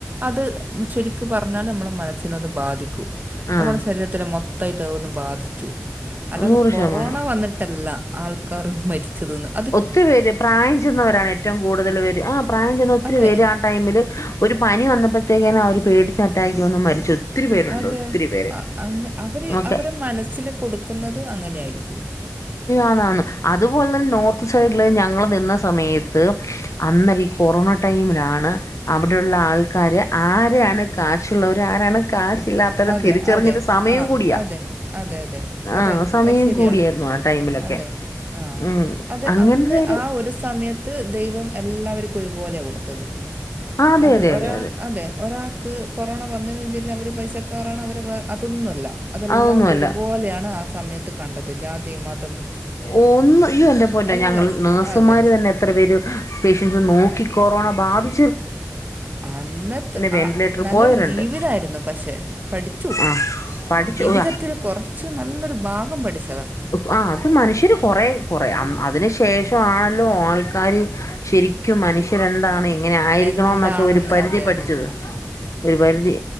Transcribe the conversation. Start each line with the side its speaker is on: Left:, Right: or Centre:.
Right: അത് ശരിക്കു പറഞ്ഞാൽ നമ്മെളെ മനസ്സിനൊന്ന് ബാധിക്കും
Left: ആഹ്
Right: നമ്മുടെ ശരീരത്തിനെ മൊത്തായിട്ട് അതൊന്ന് ബാധിച്ചു, അല്ലാതെ
Left: നൂറ്
Right: കൊറോണ
Left: ശതമാനം
Right: വന്നിട്ടല്ല ആൾക്കാർ മരിച്ചത് ന്ന്
Left: ഒത്തിരി പേര് പ്രായം ചെന്നവരാണ് ഏറ്റവും കൂടുതൽ പേര് ആ പ്രായം ചെന്ന ഒത്തിരി
Right: അതെ
Left: പേര് ആ ടൈമില് ഒരു പനി വന്നപ്പോഴത്തേക്കെന്നെ അവര് പേടിച്ചറ്റാക് വന്ന് മരിച്ചു പേരുണ്ട്
Right: അതെ,
Left: ഒത്തിരി പേര്
Right: അ അങ് അവര്
Left: ഓക്കെ
Right: അവരെ മനസ്സിൽ കൊടുക്കുന്നതു അങ്ങനെയായിരിക്കും
Left: ആണാണ്. അതുപോലെ തന്നെ നോർത്ത് സൈഡില് ഞങ്ങള് നിന്ന സമയത്ത് അന്നേരം ഈ കൊറോണ ടൈമിലാണ് അവിടെയുള്ള ആൾക്കാര് ആരെയാണ് കാശുള്ളവര് ആരാണ് കാശില്ലാത്തവരും
Right: അതെ
Left: തിരിച്ചറിഞ്ഞത്
Right: അതെ
Left: സമയം
Right: ആ
Left: കൂടിയ
Right: അതെ അതെ അതെ
Left: ആ
Right: അതെ
Left: സമയം
Right: അത് ശരിയാണ്
Left: കൂടിയായിരുന്നു ആ ടൈമി - ലൊക്കെ.
Right: അതെ ആഹ്
Left: ഉം
Right: അത്
Left: അങ്ങൻത്തെ
Right: അന്ന്
Left: ഒരു
Right: ആ ഒരു സമയത്ത് ദൈവം എല്ലാവർക്കും ഒരുപോലെയ കൊടുത്തത്.
Left: ആ അതെ
Right: അത്
Left: അതെ
Right: ഒരാ
Left: അതെ
Right: അതെ ഒരാക്ക് കൊറോണ വന്നണ്ച്ച് അവര് പൈസക്കറാണ് അവർ വേ അതൊന്നുല്ല അതെല്ലാവരും
Left: അതൊന്നുമല്ല
Right: ഒരുപോലെയാണ് ആ സമയത്ത് കണ്ടത് ജാതിമത്
Left: ഒന്ന് യ്യോ ന്റെറെപൊന്നെ
Right: എല്ലാവരും
Left: ഞങ്ങൾ നാഴ്സുമാര്
Right: അതെ
Left: തന്നെ എത്ര പേര് പേഷ്യൻസ് നോക്കി കൊറോണ ബാധി
Right: അന്നത്
Left: വെന്റിലേറ്റർ
Right: അ നല്ലൊരു
Left: പോയവരുണ്ട്
Right: ജീവിതായിരുന്നു പക്ഷേ പഠിച്ചു,
Left: ആഹ് പഠിച്ചു
Right: ജീവിതത്തിൽ കുറച്ച് നല്ലൊരു ഭാഗം പഠിച്ചത
Left: ആഹ്‌ അത് മനുഷ്യര് കൊറെ കൊറെ അന്ന് അതിനു ശേഷാണല്ലോ ആൾക്കാര് ശരിക്കും മനുഷ്യരെന്താണ് ങ്ങനെ ആയിരിക്കണന്നൊക്കെ
Right: എന്താണെന്ന്
Left: ഒരു പരിധി
Right: അതെ
Left: പഠിച്ചത്
Right: അതെ
Left: ഒരു പരിധി